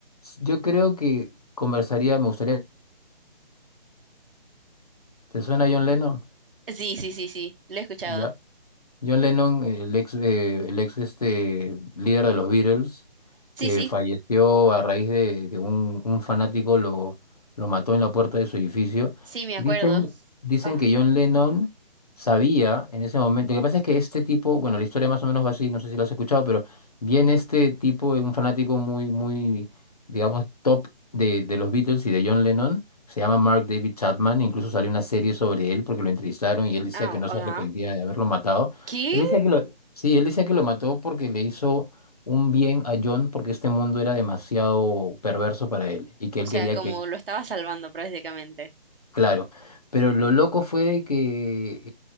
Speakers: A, on the left; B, on the right.
A: yo creo que conversaría, me gustaría, ¿te suena John Lennon?
B: Sí, sí, sí, sí, lo he escuchado.
A: Ya. John Lennon, el ex, eh, el ex este, líder de los Beatles,
B: Sí,
A: que
B: sí,
A: falleció a raíz de que un, un fanático lo, lo mató en la puerta de su edificio.
B: sí, me acuerdo.
A: Dicen, dicen
B: Ah,
A: que John Lennon sabía en ese momento. Lo que pasa es que este tipo, bueno, la historia más o menos va así, no sé si lo has escuchado, pero viene este tipo, un fanático muy, muy, digamos, top de, de los Beatles y de John Lennon. Se llama Mark David Chapman, incluso salió una serie sobre él porque lo entrevistaron y él decía
B: ah,
A: que no
B: ajá.
A: se arrepentía de haberlo matado.
B: ¿Qué?
A: Él decía que lo, sí, él decía que lo mató porque le hizo un bien a John porque este mundo era demasiado perverso para él y que
B: O
A: él
B: sea,
A: quería
B: como
A: que
B: lo estaba salvando prácticamente.
A: Claro, pero lo loco fue que